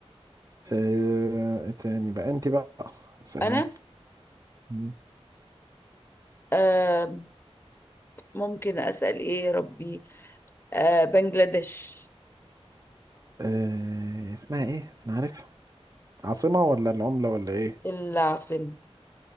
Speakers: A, on the right; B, on the left.
A: آه، ايه تاني بقى انت بقى اسأليني
B: انا
A: مم.
B: آه ممكن اسال ايه يا ربي آه بنجلاديش
A: آه، اسمها ايه انا عارفها عاصمة ولا العملة ولا ايه
B: العاصمه